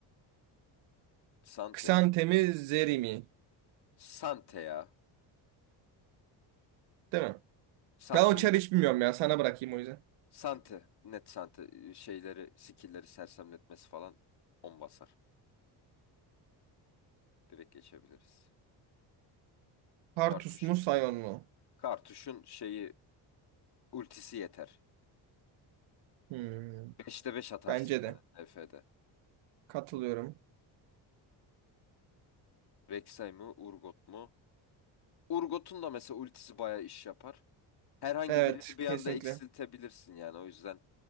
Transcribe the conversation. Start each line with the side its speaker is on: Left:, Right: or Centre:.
Left: Sante
Right: Xantemi
Left: mi derim.
Right: Zeri mi?
Left: Sante ya.
Right: Değil mi?
Left: Sante'nin
Right: Ben o çarı hiç bilmiyorum ya. Sana bırakayım o yüzden.
Left: Sante. Net Sante. e, Şeyleri, skill'leri sersemletmesi falan on basar. Direkt geçebiliriz.
Right: Partus
Left: Kartuşum.
Right: mu Sion mu?
Left: Kartuşun şeyi ultisi yeter.
Right: Hmm,
Left: 5'te 5 atarsın
Right: Bence
Left: yani
Right: de.
Left: TF'de.
Right: Katılıyorum.
Left: Rek'Sai mi? Urgot mu? Urgot'un da mesela ultisi bayağı iş yapar. Herhangi
Right: Evet
Left: birini bir anda
Right: kesinlikle.
Left: eksiltebilirsin yani. O yüzden